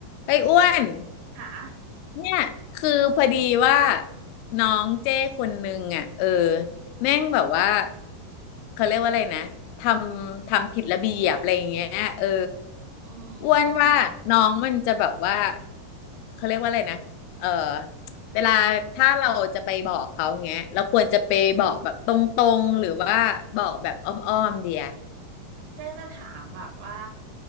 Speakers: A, on the left; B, on the right.
A: เฮ้ยอ้วน
B: ค่ะ
A: เนี่ยคือพอดีว่าน้องเจ้คนนึงอ่ะเออแม่งแบบว่าเขาเรียกว่าอะไรนะทำทำผิดระเบียบอะไรอย่างเงี้ยเออ
B: อื
A: อ้วนว่าน้องมันจะแบบว่า
B: ม
A: เขาเรียกว่าอะไรนะเออเวลาถ้าเราจะไปบอกเขาเงี้ยเราควรจะไปบอกแบบตรงๆหรือว่าบอกแบบอ้อมๆเดีย
B: เจ๊จะถามแบบว่า